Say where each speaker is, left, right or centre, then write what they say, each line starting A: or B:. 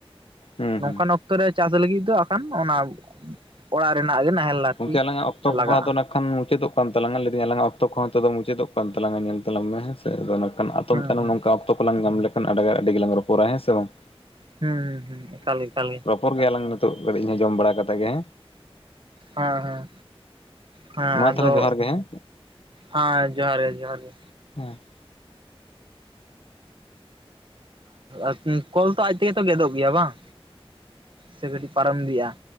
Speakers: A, on the left (about 65°); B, on the right (about 55°).
A: ᱦᱩᱸ
B: ᱱᱚᱝᱠᱟᱱ
A: ᱦᱩᱸ
B: ᱚᱠ ᱚᱠᱛᱚ ᱨᱮ ᱪᱟᱥ ᱞᱟᱹᱜᱤᱫ ᱫᱚ ᱟᱠᱷᱟᱱ ᱚᱱᱟ ᱚᱲᱟᱜ ᱨᱮᱱᱟᱜ ᱜᱮ ᱱᱟᱦᱮᱞ ᱟᱨᱠᱤ
A: ᱜᱚᱝᱠᱮ ᱟᱞᱟᱝᱟᱜ ᱚᱠᱛᱚ ᱠᱚᱦᱚᱸᱟᱫᱚ
B: ᱞᱟᱜᱟᱜᱼᱟ
A: ᱱᱟᱜ ᱠᱷᱟᱱ ᱢᱩᱪᱟᱹᱫᱚᱜ ᱠᱟᱱ ᱛᱟᱞᱟᱝᱟ ᱞᱟᱹᱭᱫᱟᱹᱧ ᱟᱞᱟᱝᱟᱜ ᱚᱠᱛᱚ ᱠᱚᱦᱚᱸ ᱱᱤᱛᱚᱜ ᱢᱩᱪᱟᱹᱫᱚᱜ ᱠᱟᱱ ᱛᱟᱞᱟᱝᱟ ᱧᱮᱞ ᱛᱟᱞᱟᱝ ᱢᱮ ᱦᱮᱸ ᱥᱮ᱾ ᱠᱷᱟᱱ ᱟᱛᱚᱢ
B: ᱦᱩᱸ
A: ᱛᱟᱭᱱᱚᱢ
B: ᱦᱩᱸ
A: ᱱᱚᱝᱠᱟ ᱚᱠᱛᱚ ᱠᱚᱞᱟᱝ ᱧᱟᱢ ᱞᱮᱠᱷᱟᱱ ᱟᱰᱮ ᱟᱹᱰᱤ ᱜᱮᱞᱟᱝ ᱨᱚᱯᱚᱲᱟ ᱦᱮᱸ ᱥᱮ ᱜᱚᱝᱠᱮ᱾
B: ᱦᱮᱸᱮᱠᱟᱞ ᱜᱮ ᱮᱠᱟᱞ ᱜᱮ ᱾
A: ᱨᱚᱯᱚᱨ ᱜᱮᱭᱟᱞᱟᱝ ᱱᱤᱛᱚᱜ ᱠᱟᱹᱴᱤᱡ ᱤᱧᱦᱚᱸ ᱡᱚᱢ ᱵᱟᱲᱟ ᱠᱟᱛᱮᱜ ᱜᱮ᱾
B: ᱦᱮᱸ ᱦᱮᱸ ᱦᱮᱸ
A: ᱢᱟ
B: ᱟᱫᱚ
A: ᱛᱟᱦᱚᱞᱮ ᱡᱚᱦᱟᱨ ᱜᱮ ᱦᱮᱸ
B: ᱦᱮᱸ ᱡᱚᱦᱟᱨ ᱜᱮ ᱡᱚᱦᱟᱨ ᱜᱮ᱾
A: <inaudible>
B: ᱟᱨ ᱠᱚᱞ ᱛᱚ ᱟᱡ ᱛᱮᱜᱮ ᱛᱚ ᱜᱮᱫᱚᱜ ᱜᱮᱭᱟ ᱵᱟᱝ ᱥᱮ ᱠᱟᱹᱴᱤᱡ ᱯᱟᱨᱚᱢ ᱤᱫᱤᱭᱟᱜᱼᱟ᱾